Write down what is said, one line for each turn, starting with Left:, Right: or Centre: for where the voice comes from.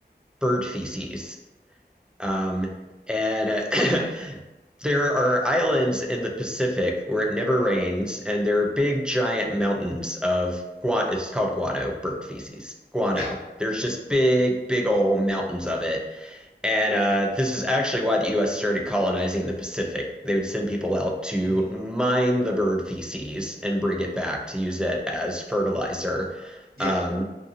Centre: bird feces. Um, and uh, <clears throat> there are islands in the Pacific where it never rains, and there are big, giant mountains of guano. It's called guano, bird feces. Guano.
Right: Yeah.
Centre: There's just big, big old mountains of it. And uh, this is actually why the U.S. started colonizing the Pacific. They would send people out to
Right: hmm
Centre: mine the bird feces and bring it back to use it as fertilizer.
Right: Yeah.
Centre: Um,